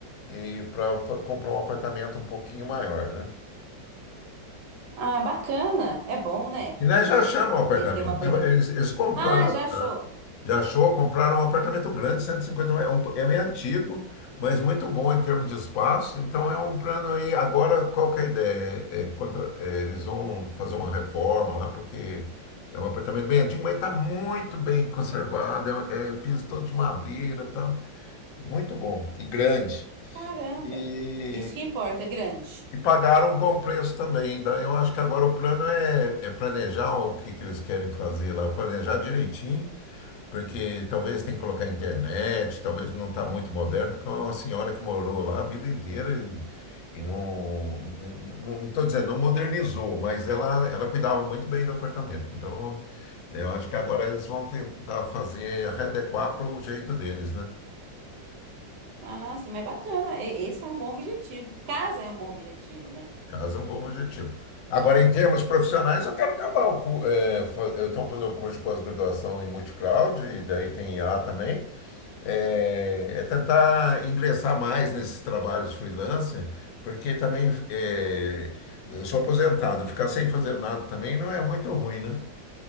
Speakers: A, on the left; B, on the right.
A: e para comprar um apartamento um pouquinho maior, né?
B: Ah, bacana, é bom, né?
A: E nós já
B: A gente
A: achamos
B: poder
A: o apartamento.
B: ter uma coisa.
A: Eles, eles compraram
B: Ah, já achou?
A: Já achou? Compraram um apartamento grande, 150 metros. É um- é meio antigo, mas muito bom em termos de espaço. Então é um plano aí. Agora, qual que é a ideia? É, é contra- é, eles vão fazer uma reforma lá, porque é um apartamento bem antigo, mas está muito bem conservado. É, é piso todo de madeira e tal. É Muito bom e grande.
B: Caramba,
A: E,
B: isso que importa, é grande.
A: e pagaram um bom preço também. Daí eu acho que agora o plano é, é planejar o que, que eles querem fazer lá, planejar direitinho porque talvez tem que colocar internet, talvez não está muito moderno, porque é uma senhora que morou lá a vida inteira e, e não. Não estou dizendo, não modernizou, mas ela, ela cuidava muito bem do apartamento. Então, eu acho que agora eles vão tentar fazer, readequar para o jeito deles, né?
B: Ah, sim, mas bacana, é, esse é um bom objetivo. Casa é um bom objetivo, né?
A: Caso é um bom objetivo. Agora, em termos profissionais, eu quero acabar o cu, eh, fa- eu estou fazendo o curso de pós-graduação em multicloud, e daí tem IA também. é, é tentar ingressar mais nesses trabalhos freelance, porque também é, eu sou aposentado, ficar sem fazer nada também não é muito ruim, né?